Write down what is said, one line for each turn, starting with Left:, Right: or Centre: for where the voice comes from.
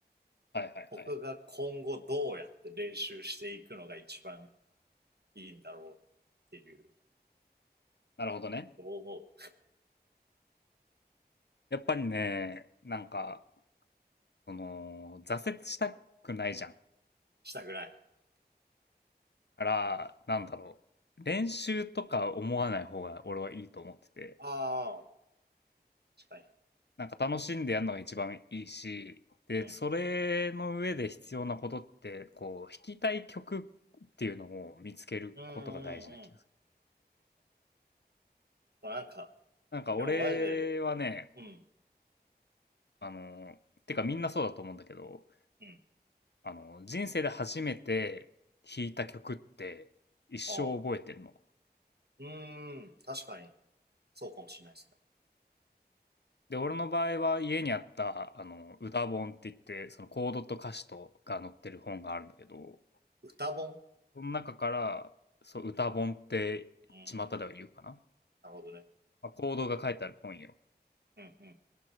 Left: はいはいはい。
Right: 僕が今後どうやって練習していくのが一番いいんだろうっていう、
Left: なるほどね。
Right: どう思う
Left: やっぱりね、なんか、その、挫折したくないじゃん。
Right: したくない。
Left: から、なんだろう。練習とか思わない方が俺はいいと思ってて、
Right: ああ、確かに。
Left: なんか楽しんでやるのが一番いいし、で、
Right: うん。
Left: それの上で必要なことって、こう、弾きたい曲っていうのを見つけることが大事な気がする。
Right: うんうんうん。もうなんか、
Left: なんか俺はね、
Right: でもマジで、うん、
Left: あの、てかみんなそうだと思うんだけど、
Right: うん。
Left: あの、人生で初めて弾いた曲って一生覚えてるの。
Right: ああ。うーん、確かに、そうかもしれないですね。
Left: で、俺の場合は家にあった、あの、歌本って言って、そのコードと歌詞とが載ってる本があるんだけど、
Right: 歌本
Left: その中から、そう、歌本って巷では言うかな。
Right: うーん、なるほどね。
Left: まあ、コードが書いてある本よ。
Right: うんうん。